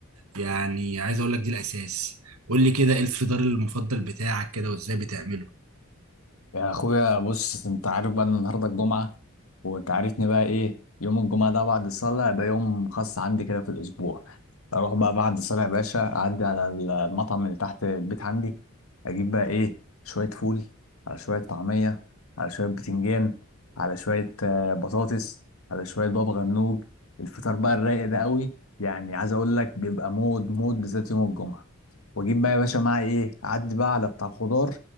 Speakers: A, on the right (about 80°); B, on the left (about 75°).
A: يعني عايز اقول لك دي الاساس قول لي كده ايه الفطار المفضل بتاعك كده وازاي بتعمله
B: يا اخويا بص انت عارف بقى ان النهارده الجمعه وانت عارفني بقى ايه يوم الجمعه ده بعد الصلاه ده يوم خاص عندي كده في الاسبوع اروح بقى بعد الصلاه يا باشا اعدي على المطعم اللي تحت البيت عندي اجيب بقى ايه شويه فول على شويه طعميه على شويه بتنجان على شويه آه، بطاطس على شويه بابا غنوج الفطار بقى الرايق ده قوي يعني عايز اقول لك بيبقى مود مود بالذات يوم الجمعه واجيب بقى يا باشا معاه ايه اعدي بقى على بتاع الخضار